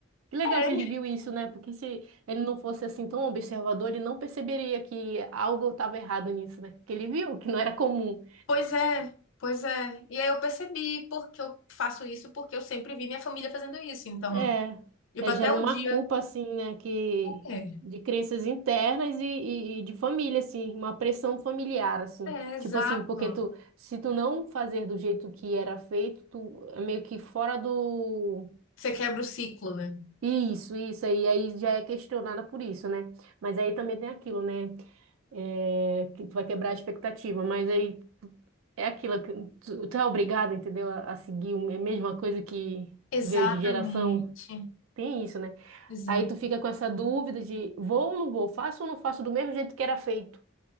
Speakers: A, on the right; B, on the left.
A: Que legal
B: É.
A: que ele viu isso, né? Porque se ele não fosse assim tão observador, ele não perceberia que algo estava errado nisso, né? Que ele viu que não era comum.
B: Pois é, pois é. E aí eu percebi porque eu faço isso, porque eu sempre vi minha família fazendo isso. Então,
A: É,
B: tipo,
A: é,
B: até
A: gera
B: o
A: uma
B: dia.
A: culpa assim, né? Que
B: É,
A: de crenças internas e, e, e de família, assim, uma pressão familiar, assim.
B: é, exato.
A: Tipo assim, porque tu, se tu não fazer do jeito que era feito, tu é meio que fora do
B: Você quebra o ciclo, né?
A: Isso, isso aí, aí já é questionada por isso, né? Mas aí também tem aquilo, né? É, que tu vai quebrar a expectativa, mas aí é aquilo que tu, tu é obrigado, entendeu? A, a seguir o- a mesma coisa que
B: Exatamente.
A: veio de geração. Tem isso, né?
B: Exato.
A: Aí tu fica com essa dúvida de vou ou não vou, faço ou não faço do mesmo jeito que era feito.